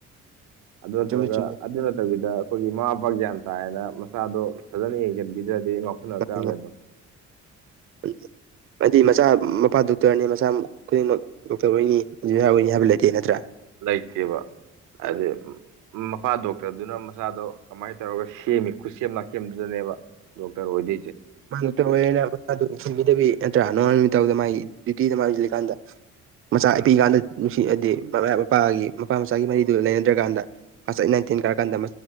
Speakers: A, on the right (about 85°); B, on the right (about 45°).
A: ꯑꯗꯨ ꯅꯠꯇ꯭ꯔꯒ
B: ꯆꯨꯝꯃꯤ ꯆꯨꯝꯃꯤ
A: ꯑꯗꯨ ꯅꯠꯇꯕꯤꯗ ꯑꯈꯣꯏꯒꯤ ꯃꯃꯥ ꯃꯄꯥ ꯒ꯭ꯌꯥꯟ ꯇꯥꯏꯌꯦꯅ ꯃꯆꯥꯗꯣ ꯐꯖꯅ ꯌꯦꯡꯁꯤꯟꯕꯤꯗ꯭ꯔꯗꯤ ꯉꯥꯎꯁꯤꯟꯅꯔꯛꯇꯕꯅꯦ
B: ꯃꯥꯅꯤ ꯃꯥꯅꯤ
A: ꯑꯗꯨꯝ
B: <unintelligible> ꯍꯥꯏꯗꯤ ꯃꯆꯥ ꯃꯄꯥ ꯗꯣꯛꯇꯔꯅꯦ ꯃꯆꯥ ꯈꯨꯗꯤꯡꯃꯛ ꯗꯣꯛꯇꯔ ꯑꯣꯏꯅꯤ ꯏꯟꯖꯤꯅꯤꯌꯥꯔ ꯑꯣꯏꯅꯤ ꯍꯥꯏꯕ ꯂꯩꯇꯦ ꯅꯠꯇ꯭ꯔꯥ
A: ꯂꯩꯇꯦꯕ
B: ꯃꯥꯅꯤ
A: ꯑꯗꯩ ꯃꯄꯥ ꯗꯣꯛꯇꯔꯗꯨꯅ ꯃꯆꯥꯗꯣ ꯀꯃꯥꯏꯟ ꯇꯧꯔꯒ ꯁꯦꯝꯃꯤ ꯈꯨꯠꯁꯦꯝ ꯂꯥꯛꯁꯦꯝꯗꯨꯗꯅꯦꯕ ꯗꯣꯛꯇꯔ ꯑꯣꯏꯗꯣꯏꯖꯦ
B: <unintelligible> ꯏꯕꯤꯗꯕꯤ ꯅꯠꯇ꯭ꯔꯥ ꯅꯣꯉꯣꯟ ꯅꯨꯃꯤꯠꯇꯕꯗ ꯃꯥꯒꯤ ꯗ꯭ꯌꯨꯇꯤꯗ ꯃꯥꯏ ꯑꯣꯟꯖꯤꯜꯂꯤꯀꯥꯟꯗ ꯃꯆꯥ
A: ꯎꯝ
B: ꯄꯤꯛꯏꯀꯥꯟꯗ ꯅꯨꯡꯁꯤ ꯑꯗꯤ ꯃꯃꯥ ꯃꯄꯥꯒꯤ ꯃꯄꯥ ꯃꯆꯥꯒꯤ ꯃꯔꯤꯗꯨ ꯂꯩꯅꯗ꯭ꯔꯀꯥꯟꯗ ꯀ꯭ꯂꯥꯁ ꯑꯦꯠ ꯅꯥꯏꯟ ꯇꯦꯟ ꯀꯥꯔꯀꯥꯟꯗ